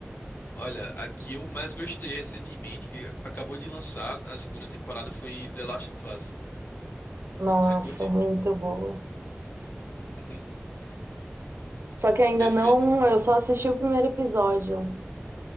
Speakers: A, on the left; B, on the right.
A: Olha, aqui eu mais gostei recentemente, que a- acabou de lançar a segunda temporada, foi The Last of Us.
B: Nossa,
A: Você curte?
B: muito boa.
A: Uhum. <laughs>
B: Só que
A: É
B: ainda
A: perfeita.
B: não, eu só assisti o primeiro episódio.